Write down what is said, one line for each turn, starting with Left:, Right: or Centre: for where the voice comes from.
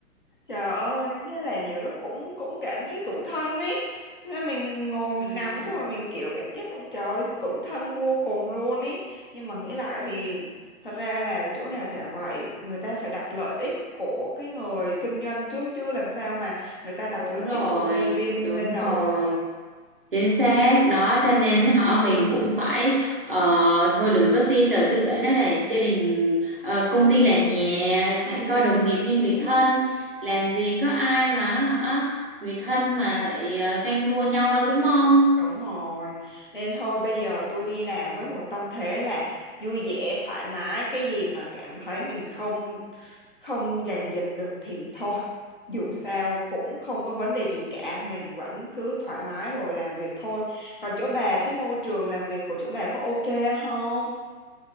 Left: Trời ơi, nên thế là nhiều lúc cũng cũng cảm thấy tủi thân ấy Nghe mình ngồi mình
Right: Ừ.
Left: nằm xong mà mình kiểu cảm giác con trời ơi, tủi thân vô cùng luôn ấy Nhưng mà nghĩ lại thì thật ra là chỗ nào chả vậy, người ta phải đặt lợi ích của cái người kinh doanh trước chứ làm sao mà người ta đặt
Right: Đúng
Left: lợi
Right: rồi,
Left: ích của nhân viên
Right: đúng
Left: lên đầu
Right: rồi.
Left: được.
Right: chính xác đó cho nên họ mình cũng phải ờ, thôi đừng có tin lời tư bản đó là gia đình ờ, công ty là nhà
Left: Ừ.
Right: phải coi đồng nghiệp như người
Left: <laughs>
Right: thân làm gì có ai mà hả người thân mà lại ờ, ganh đua nhau đâu đúng không
Left: Đúng rồi. Nên thôi bây giờ tôi đi làm với một tâm thế là vui vẻ, thoải mái, cái gì mà cảm thấy mình không không dàn dịch được thì thôi. Dù sao cũng không có vấn đề gì cả, mình vẫn cứ thoải mái rồi làm việc thôi. Còn chỗ bà cái môi trường làm việc của chỗ bà có ok không?